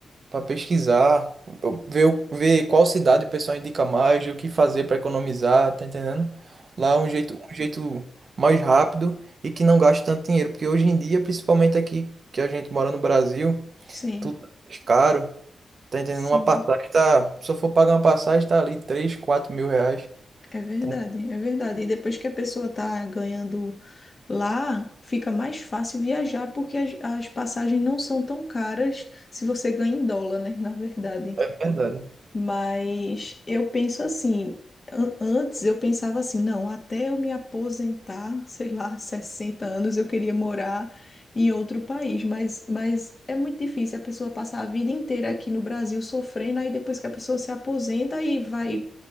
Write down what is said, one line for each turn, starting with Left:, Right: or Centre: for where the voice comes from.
Right: para pesquisar, eu- ver, o- ver qual cidade o pessoal indica mais, o que fazer para economizar, tá entendendo? Lá é um jeito, um jeito mais rápido e que não gasta tanto dinheiro, porque hoje em dia, principalmente aqui que a gente mora no Brasil,
Left: Sim,
Right: tudo é mais caro. Tá entendendo?
Left: sim,
Right: Uma passagem tá. Se eu for pagar uma passagem, tá ali 3 4 mil reais.
Left: é verdade,
Right: Então,
Left: é verdade. E depois que a pessoa tá ganhando lá, fica mais fácil viajar, porque as, as passagens não são tão caras se você ganha em dólar, né? Na verdade.
Right: é verdade.
Left: Mas eu penso assim, an- antes eu pensava assim, não, até eu me aposentar, sei lá, <laughs> 60 anos, eu queria morar em outro país, mas, mas é muito difícil a pessoa passar a vida inteira aqui no Brasil sofrendo, aí depois que a pessoa se aposenta e vai